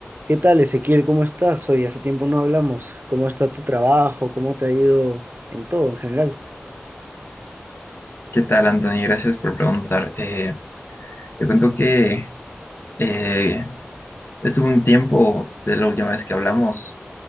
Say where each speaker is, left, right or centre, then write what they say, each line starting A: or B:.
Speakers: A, on the right; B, on the left.
A: ¿Qué tal, Ezequiel? ¿Cómo estás? Hoy hace tiempo no hablamos. ¿Cómo está tu trabajo? ¿Cómo te ha ido en todo, en general?
B: ¿Qué tal, Anthony? Gracias por preguntar. Eh, te cuento que eh, estuve un tiempo, desde la última vez que hablamos,